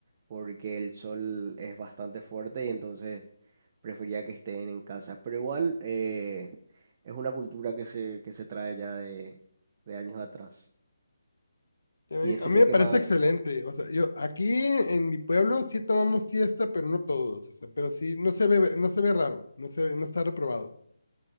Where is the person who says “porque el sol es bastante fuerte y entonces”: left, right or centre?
Right